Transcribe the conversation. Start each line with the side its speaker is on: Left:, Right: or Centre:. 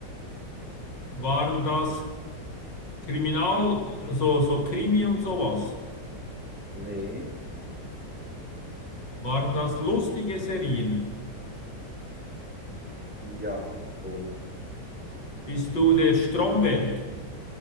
Left: waren das Kriminal, also so Krimi und sowas.
Centre: Nee.
Left: Waren das lustige Serien?
Centre: Ja. Schon.
Left: Bist du der Stromberg?